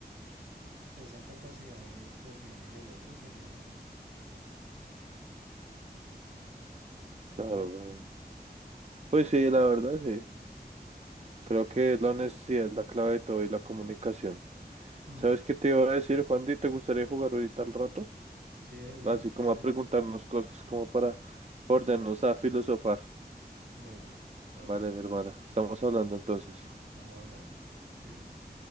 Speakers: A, on the right (about 80°); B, on the right (about 40°).
A: Esa capacidad de confiar en el otro sería buena,
B: claro,
A: ¿no?
B: weón. Pues sí, la verdad, sí. Creo
A: Listo.
B: que la honestidad es la clave de todo y la comunicación.
A: Mm.
B: ¿Sabes qué te iba a decir, Juandi? ¿Te gustaría jugar ahorita al rato?
A: Sí, de una,
B: Así como
A: dale,
B: a preguntarnos cosas, como para ponernos a filosofar.
A: de una, todo
B: Vale,
A: bien.
B: mi hermana. Estamos hablando entonces.
A: Estamos hablando. Te cuidas.